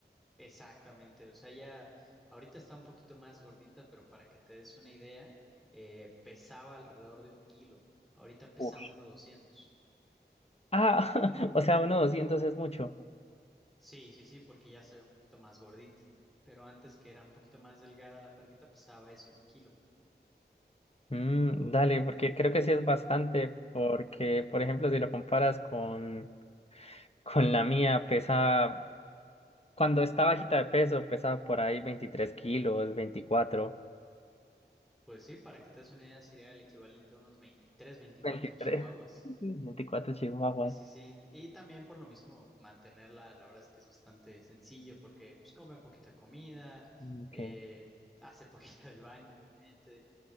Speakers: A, in the centre; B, on the left.
A: exactamente, o sea, ya ahorita está un poquito más gordita, pero para que te des una idea, eh, pesaba alrededor de un kilo, ahorita pesa
B: Uf.
A: uno doscientos.
B: Ah, <laughs> o sea, uno doscientos es mucho.
A: Sí, sí, sí, porque ya se ve un poquito más gordita, pero antes que era un poquito más delgada la perrita, pesaba eso, un kilo.
B: Mm, dale, porque
A: Eh,
B: creo que sí es bastante, porque, por ejemplo, si lo comparas con, con la mía, pesa, cuando está bajita de peso, pesa por ahí 23 kilos, veinticuatro
A: Pues sí, para que te des una idea, sería el equivalente a unos veintitrés, veinticuatro
B: veintitrés
A: chihuahuas.
B: veinticuatro chihuahuas.
A: Sí, sí, sí. Y también por lo mismo, mantenerla, la verdad es que es bastante sencillo porque pues, come poquita comida,
B: Mm, Ok,
A: eh, hace poquita <laughs> del baño, obviamente.